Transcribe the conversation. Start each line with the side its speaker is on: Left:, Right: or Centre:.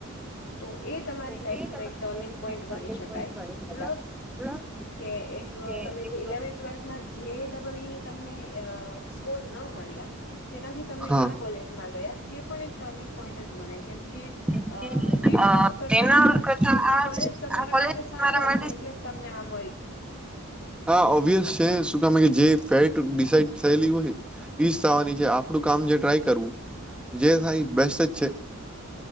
Left: તો એ તમારી
Centre: તો
Left: લાઈફનો
Centre: એ તમારી
Left: એક ટર્નિંગ
Centre: લાઈફમાં
Left: પોઈન્ટ
Centre: એક ટર્નિંગ
Left: ગણી શકાય
Centre: પોઈન્ટ ગણી શકાય
Left: પ્લસ
Centre: પ્લસ
Left: કે એક
Centre: કે
Left: તમે
Centre: એક
Left: જે ઇલેવન્થ ટ્વેલ્થમાં જે ડબલ ઈની તમને અ સ્કોર ન મળ્યા તેનાથી તમે
Centre: હા
Left: આ કોલેજમાં ગયા. તે પણ એક ટર્નિંગ પોઈન્ટ જ ગણાય છે. કેમકે
Centre: કેમ
Left: અ
Centre: કે
Left: તેના
Centre: અ
Left: કરતા
Centre: તેના
Left: આ
Centre: કરતા
Left: આ કોલેજ તમારા
Centre: આ કોલેજ
Left: માટે સારી
Centre: મારા
Left: હશે
Centre: માટે
Left: એટલે તમને આ મળી.
Centre: હા ઓબ્વિયસ છે જે ફેડ થયેલી હોય ઈ થવાની છે આપડું કામ જે ટ્રાય કરવું જે થાય બેસ્ટ જ છે.